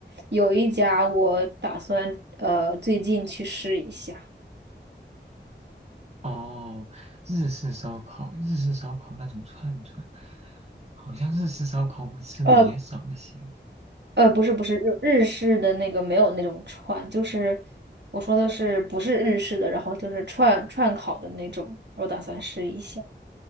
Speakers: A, on the right; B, on the right.
A: 有一家我打算呃最近去试一下。
B: 哦，日式烧烤，日式烧烤那种串串，好像日式烧烤我吃的也少一些。
A: 呃呃，不是不是日日式的那个没有那种串，就是我说的是不是日式的，然后就是串串烤的那种，我打算试一下。